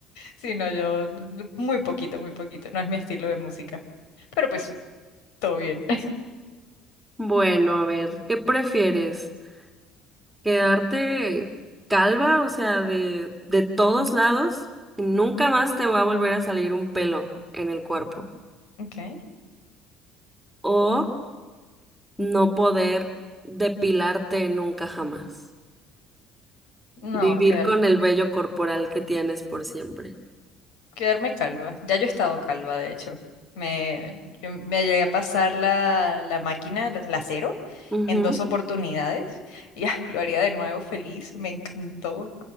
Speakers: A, on the left; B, in the centre.
A: Sí, no, yo l- muy poquito, muy poquito. No es mi estilo de música. Pero pues, todo bien.
B: Bueno, a ver, ¿qué prefieres? quedarte calva, o sea, de, de todos lados, y nunca más te va a volver a salir un pelo en el cuerpo.
A: <laughs> Ok.
B: O no poder depilarte nunca jamás.
A: No,
B: Vivir
A: quedarme.
B: con el vello corporal que tienes por siempre.
A: Quedarme calva. Ya yo he estado calva, de hecho. Me, yo me llegué a pasar la, la máquina, la, la cero,
B: Ujú.
A: en dos oportunidades. <laughs> Y ay, lo haría de nuevo feliz. Me encantó.